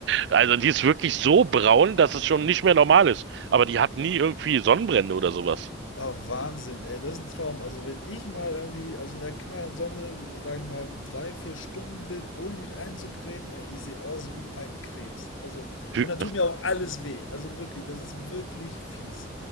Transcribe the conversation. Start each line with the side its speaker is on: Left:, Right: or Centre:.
Right: also die ist wirklich so braun, dass es schon nicht mehr normal ist. Aber die hat nie irgendwie Sonnenbrände oder sowas.
Left: Ah, Wahnsinn, ey, das ist ein Traum. Also wenn ich mal irgendwie, also in der knallen Sonne, sage ich mal, drei, vier Stunden bin, ohne mich einzucremen, ey, ich sehe aus wie ein Krebs. Also,
Right: Wie-
Left: und da tut mir auch alles weh. Also wirklich, das ist wirklich fies.